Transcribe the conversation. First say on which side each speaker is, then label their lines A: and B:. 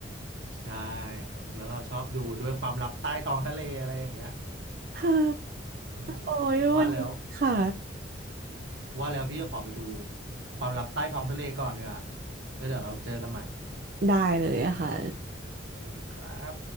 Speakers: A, on the right; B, on the right.
A: ใช่ครับแล้วเราชอบดูด้วยความลับใต้ท้องทะเลอะไรอย่างเงี้ย
B: <laughs> ฮ่า
A: เออ
B: โอ้ยวันนี้ค่ะ
A: ว่าแล้วว่าแล้วพี่จะขอไปดูความลับใต้ท้องทะเลก่อนเนีกว่ยแล้วเดี๋ยวเราเจอกันใหม่
B: ได้เลยอะค่ะ
A: ไปเลยครับ